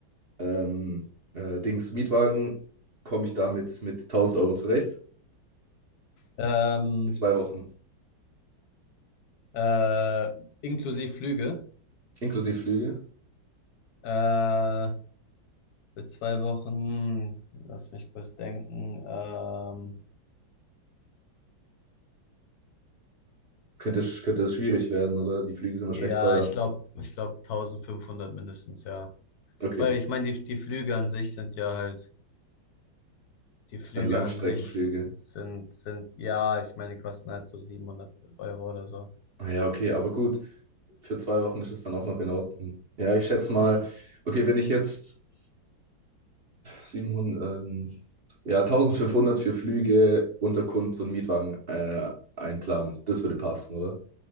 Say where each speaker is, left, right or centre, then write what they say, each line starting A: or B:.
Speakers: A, on the right (about 40°); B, on the left (about 65°).
A: ähm, äh, Dings Mietwagen, komme ich damit mit 1000 Euro zurecht.
B: ähm,
A: Für zwei Wochen,
B: äh, inklusive Flüge.
A: inklusive Flüge.
B: Äh, Für zwei Wochen, lass mich kurz denken. Ähm,
A: Könnte, könnte es schwierig werden, oder? Die Flüge sind wahrscheinlich
B: ja,
A: teuer.
B: ich glaube, ich glaube tausendfünfhundert mindestens, ja.
A: Okay,
B: Weil ich meine, die, die Flüge an sich sind ja halt, die
A: das
B: Flüge
A: sind halt Langstreckenflüge.
B: an sich sind, sind, ja, ich meine, die kosten halt so 700 Euro oder so.
A: Ah ja, okay, aber gut. Für zwei Wochen ist es dann auch noch in Ordnung. Ja, ich schätze mal,
B: Hm.
A: okay, wenn ich jetzt 700, ähm, ja, 1500 für Flüge, Unterkunft und Mietwagen äh, einplanen, das würde passen, oder?